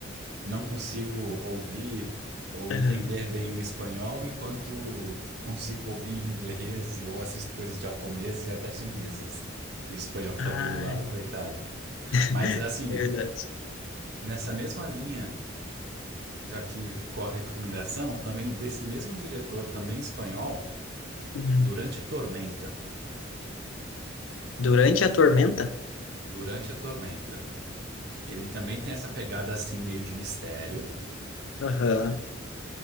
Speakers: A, on the right; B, on the left.
A: não consigo ouvir ou
B: aham.
A: entender bem o espanhol enquanto consigo ouvir inglês ou assisto coisas japonesas e até chinesas. E o espanhol que
B: Ah,
A: tá aqui do lado, coitado.
B: <laughs>
A: Mas assim,
B: verdade.
A: nessa mesma linha, já que ficou a recomendação, também desse mesmo diretor, também espanhol,
B: Uhum.
A: Durante a Tormenta.
B: Durante a tormenta?
A: Durante a Tormenta. Ele também tem essa pegada assim, meio de mistério.
B: Aham.